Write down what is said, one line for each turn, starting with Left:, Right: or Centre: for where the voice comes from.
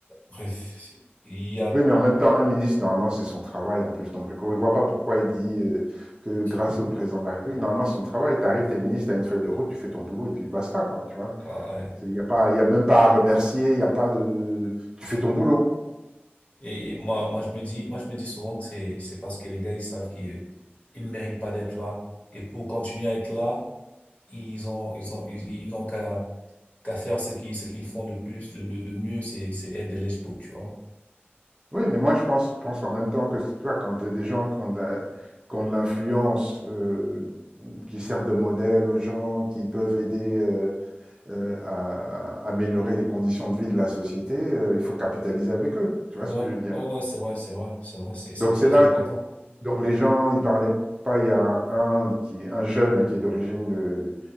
Left: Bref, il y a tout.
Right: Oui, mais en même temps, un ministre, normalement, c'est son travail en plus. Donc, je ne vois pas pourquoi il dit euh, que grâce
Left: <laughs>
Right: au président de la République, normalement, c'est son travail. Tu arrives, t'es ministre, t'as une feuille de route, tu fais ton boulot et puis basta, quoi. Tu vois,
Left: Ah ouais.
Right: il n'y a pas, y a même pas à remercier, il n'y a pas de. Tu fais ton boulot.
Left: Et, et moi, moi, je me dis, moi, je me dis souvent que c'est, c'est parce que les gars, ils savent qu'ils, euh, ils ne méritent pas d'être là. Et pour continuer à être là, ils ont ils ont ils, ils n'ont qu'à qu'à faire ce qu'ils ce qu'ils font le plus le, le le mieux c'est c'est aider les pauvres, tu vois
Right: Oui, mais moi, je pense, pense en même temps que, tu vois, quand t'as des gens qui ont de la- qui ont de l'influence, euh, qui servent de modèle aux gens, qui peuvent aider. euh, euh, à, à améliorer les conditions de vie de la société, euh, il faut capitaliser avec eux. Tu vois
Left: ouais
Right: ce que je veux dire
Left: ouais ouais c'est vrai c'est vrai c'est vrai c'est c'est
Right: Donc
Left: très
Right: c'est là,
Left: important
Right: tu- donc les gens, ils parlaient pas. Il y a un qui, un jeune là qui est d'origine de